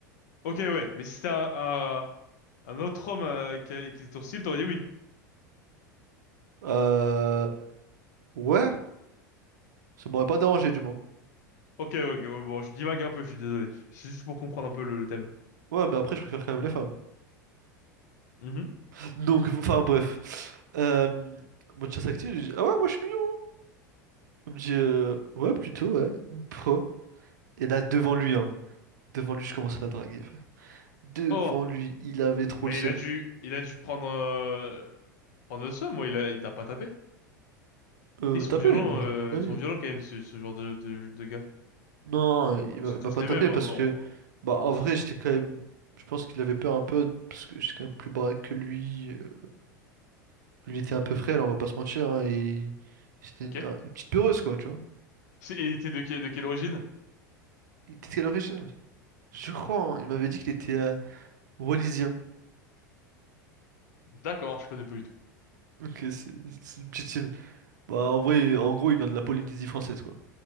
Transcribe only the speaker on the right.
Euh... Ouais, ça m'aurait pas dérangé du moins.
Ouais, mais après, je préfère quand même les femmes.
<laughs> Donc, enfin, bref. Euh... Mode chasse active, je dis, ah ouais, moi je suis mignon. Il me dit, euh, ouais, plutôt, ouais. Pro. Et là, devant lui, hein. Devant lui, je commence à la draguer, frère. Devant
lui, il avait trop
le seum.
Euh,
tapé?
Non,
jamais de la
vie.
Non,
il m'a
il m'a
pas
tapé
parce
que, bah, en
vrai,
j'étais quand même. Je pense qu'il avait peur un peu parce que j'étais quand même plus baraque que lui. Euh, Lui, il était un peu frêle, on va pas se mentir. hein, et c'était
une, un- une petite peureuse, quoi, tu vois.
Il était de quelle origine? Je crois, hein, il m'avait dit qu'il était euh, wallisien.
Ok, c'est c'est une petite île. Bah, en vrai, en gros, il vient de la Polynésie française, quoi.